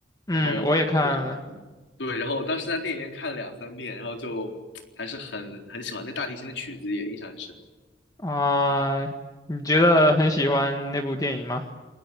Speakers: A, on the left; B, on the left.
A: 嗯，
B: 然后我嗯对，
A: 我也看了
B: 然后我当时在电影院看了两三遍，然后就还是很很喜欢，那大提琴的曲子也印象很深。
A: 啊。你觉得很喜欢那部电影吗？